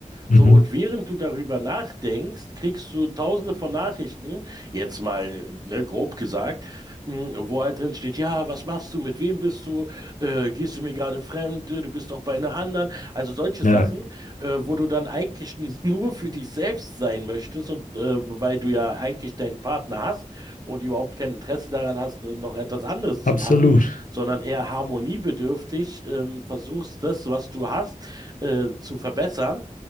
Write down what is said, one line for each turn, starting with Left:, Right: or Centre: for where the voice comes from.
Right: So,
Left: mhm.
Right: und während du darüber nachdenkst, kriegst du tausende von Nachrichten, jetzt mal, ne, grob gesagt, mh, wo halt drin steht, ja, was machst du, mit wem bist du, äh, gehst du mir gerade fremd, Äh, du bist doch bei einer anderen. Also solche
Left: Ja,
Right: Sachen,
Left: ja.
Right: äh, wo du dann eigentlich <laughs> nur für dich selbst sein möchtest und äh, weil du ja eigentlich deinen Partner hast und überhaupt kein Interesse daran hast, äh, noch etwas anderes zu
Left: absolut.
Right: machen, sondern eher harmoniebedürftig ähm, versuchst, das, was du hast, äh, zu verbessern